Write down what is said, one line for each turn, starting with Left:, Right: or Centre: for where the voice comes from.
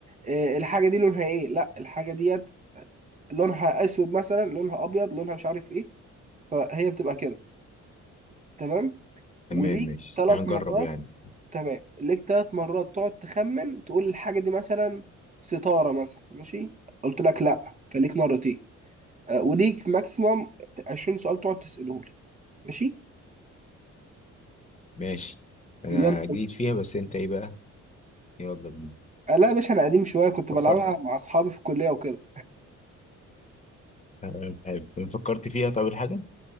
Right: آه، الحاجة دي لونها ايه لا الحاجة ديت لونها اسود مثلا لونها ابيض لونها مش عارف ايه فهي بتبقى كده تمام وليك
Left: تمام ماشي
Right: ثلاث
Left: هنجرب
Right: مرات
Left: يعني
Right: تمام ليك ثلاث مرات تقعد تخمن تقول الحاجة دي مثلا ستارة مثلا ماشي قلت لك لا فليك مرتين آه، وليك ماكسيمم 20 سؤال تقعد تسأله لي ماشي
Left: ماشي انا
Right: يلا
Left: جديد فيها بس انت ايه بقى يلا بينا
Right: آه، لا يا باشا انا قديم شويه كنت بلعبها
Left: فكرت
Right: مع اصحابي في الكليه وكده
Left: تمام حلو فكرت فيها طب الحاجة